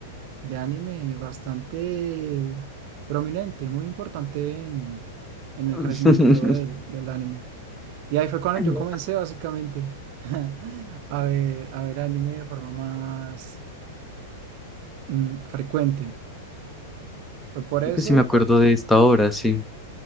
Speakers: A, on the right; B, in the centre.
A: de anime bastante prominente, muy importante en, en el
B: <laughs>
A: crecimiento del, del anime. Y ahí fue cuando
B: Creo
A: yo comencé básicamente <laughs> a ver, a ver anime de forma más mm, frecuente. Fue por eso,
B: que sí me acuerdo de esta hora, sí.